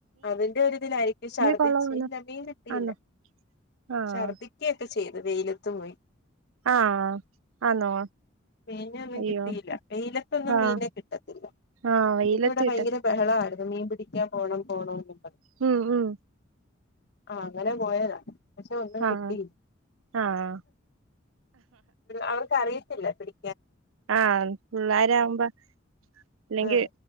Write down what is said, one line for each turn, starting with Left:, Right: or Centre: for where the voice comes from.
Left: അതിന്റെ ഒരിതിലായിരിക്കും ഛർദിച്ച്
Right: കൊളവാണോ
Left: ഇല്ല മീൻ കിട്ടിയില്ല
Right: ആന്നോ ആഹ്
Left: ഛർദിക്കുകയൊക്കെ ചെയ്തു അത് വെയിലത്തും പോയി
Right: ആഹ് ആന്നോ
Left: മീനൊന്നും
Right: അയ്യോ
Left: കിട്ടിയില്ല വെയിലത്തൊന്നും
Right: ആഹ്
Left: മീനെ കിട്ടത്തില്ല
Right: ആഹ് വെയിലത്ത്
Left: പിന്നെ ഇവിടെ ഭയങ്കര
Right: ഇട്ടത്
Left: ബഹളമായി മീൻ പിടിക്കാൻ പോണം പോണോ <unintelligible>
Right: ഉം- ഉം
Left: ആഹ് അങ്ങനെ പോയതാ പക്ഷെ ഒന്നും
Right: ആഹ്
Left: കിട്ടിയില്ല
Right: ആഹ്
Left: അവർക്ക് അറിയത്തില്ല പിടി
Right: ആഹ പിള്ളോരകുമ്പോ അല്ലെങ്കിൽ
Left: ആ